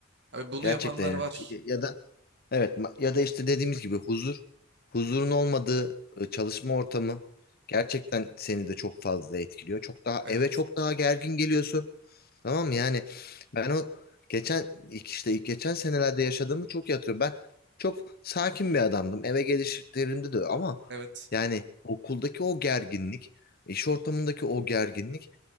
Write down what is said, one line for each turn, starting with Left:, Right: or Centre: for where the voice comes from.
Right: Abi bunu
Left: Gerçekten
Right: yapanlar
Left: yani.
Right: var.
Left: Ya da evet ma- ya da işte dediğimiz
Right: Evet,
Left: gibi huzur huzurun olmadığı e, çalışma ortamı gerçekten seni de çok fazla etkiliyor. Çok daha
Right: evet,
Left: eve çok daha gergin geliyorsun. Tamam mı? Yani ben o geçen işte geçen senelerde yaşadığımı çok iyi hatırlıyorum. Ben çok sakin bir adamdım. Eve gelişlerimde de öyle. ama
Right: evet,
Left: yani okuldaki o gerginlik, iş ortamındaki o gerginlik